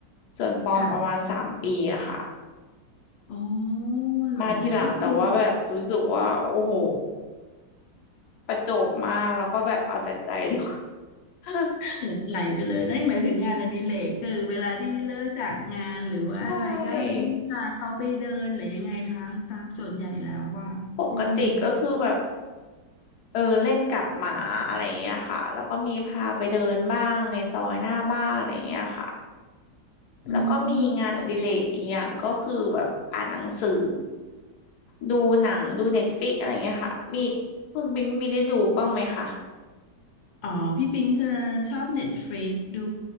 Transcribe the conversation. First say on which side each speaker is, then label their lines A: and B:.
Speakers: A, on the left; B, on the left.
A: ส่วนปอมประมาณสามปีอะค่ะ
B: ค่ะอ๋อเหรอก็คือ
A: มาทีหลังแต่ว่าแบบรู้สึกว่าโอ้โหประจบมากแล้วก็แบบเอาแต่ใจด้วย <laughs>
B: หลงไหลไปเลยนั่นหมายถึงงานอดิเรกคือเวลาที่เลิกจากงานหรือว่าอะไรก็ต้องพาเขาไปเดินหรือยังไงคะตามส่วนใหญ่แล้วว่าอืม
A: ใช่ปกติก็คือแบบเออเล่นกับหมาอะไรอย่างเงี้ยค่ะแล้วก็มีพาไปเดินบ้างในซอยหน้าบ้านอะไรอย่างเงี้ยค่ะ
B: อืม
A: แล้วก็มีงานอดิเรกอีกอย่างก็คือแบบอ่านหนังสือดูหนังดูเน็ตฟ i ิกอะไรเงี้ยค่ะมีคุณบิงมีได้ดูบ้างไหมคะ
B: อ๋อพี่ปิงจะชอบเน็ตฟ i ิกดู